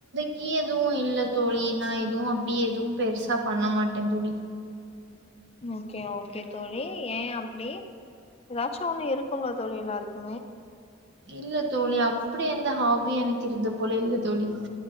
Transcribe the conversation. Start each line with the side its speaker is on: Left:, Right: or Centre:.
Right: கி எதுவு இல்ல தோழி நா எதுவு அப்பிடியே எதுவு பெருசா பண்ணமாட்டே தோழி
Left: ஓகே ஓகே தோழி ஏ அப்பிடி எதாச்சு ட்டு ஒன்னு இருக்கும் இல்ல தோழி எல்லாருக்கு
Right: இல்ல தோழி அப்பிடி எந்த ஹாபி எனக்கு இருந்த போல இல்ல தோழி